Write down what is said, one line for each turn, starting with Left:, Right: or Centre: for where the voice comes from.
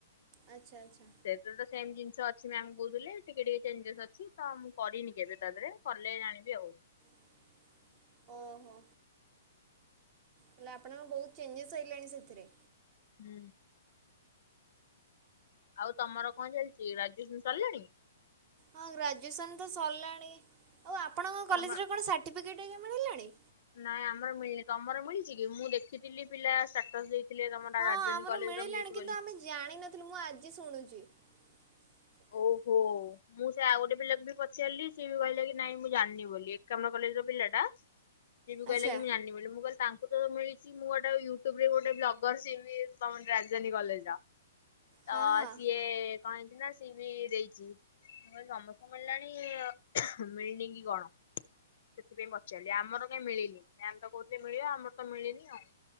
Right: ଆଚ୍ଛା ଆଚ୍ଛା।
Left: ସେତ ତ ସେମ୍ ଜିନି ଛ ଅଛି ମ୍ୟାାମ କହୁଥିଲେ ଟିକେ ଟିକେ ଚେଞ୍ଜେସ୍ ଅଛି ତ ମୁଁ କରିନି କେବେ ତା ଦେହରେ କଲେ ଜାଣିବି ଆଉ।
Right: <unintelligible> ଓହୋ ହେଲେ ଆପଣଙ୍କ ବହୁତ ଚେଞ୍ଜେସ ସଇିଲାଣି ସେଥିରେ।
Left: ହୁଁ। ଆଉ ତମର କଣ ଚାଲିଛି ରାଜୁନ ସରିଲାଣି।
Right: ହଁ ଗ୍ରାଜୁଏସନ ତ ସରିଲାଣି ଆଉ ଆପଣଙ୍କ କଲେଜରେ
Left: ତମର
Right: କଣ ସାର୍ଟିଫିକେଟ ଆଜଞା ମିଳିଲାଣି।
Left: ନାଇଁ ଆମର ମିଳିନି ତମର ମିଳିଛି କି ମୁଁ ଦେଖିଥିଲି ପିଲାଟ ଦେଇ। ଥିଲେ ତମର
Right: ହଁ
Left: ରାଜଧାନୀ
Right: ଆମର
Left: କଲେଜ
Right: ମିଳିଲାଣି
Left: ର ମିଳିଛି
Right: କିନ୍ତୁ
Left: ବୋଲି।
Right: ଆମେ ଜାଣିନଥିଲୁ ମୁଁ ଆଜି ଶୁଣୁଛି। <unintelligible>
Left: ଓହୋ ମୁଁ ସେ ଆଉ ଗୋଟେ ପିଲାକୁ ବି ପଚାରିଲି ସିଏ ବି କହିଲା କି ନାଇଁ ମୁଁ ଜାଣିନି ବୋଲି ଏକ ଆମର କଲେଜ ର ପିଲା ଟା। ସେ ବି
Right: ଆଚ୍ଛା
Left: କହିଲା କି ମୁ ଜାନିନି ବୋଲି ମୁଲ ତାଙ୍କଙ୍କୁ। ମିଳିଛି ମୁଁ ଗୋଟେ ୟୁଟୁବରେ ଗୋଟେ ବ୍ଲଗରି ରାଜଧାନୀ କଲେଜ। ତ
Right: ହଁ ହଁ।
Left: ସିଏ କଣନ୍ତି ନା। ବି ଦେଇଛି କ ସମସ୍ତେ ମିଳିଲାଣି ମିଳନି କି କଣ? ସେଥିପାଇଁ ପଚାରିଲି ଆମର କାଇହିଁ ମିଳିନି ନାଇ ଆମେ ତ କହୁଥିଲେ ମିଳିବ ଆମର ତ ମିଳିନି ଆଉ।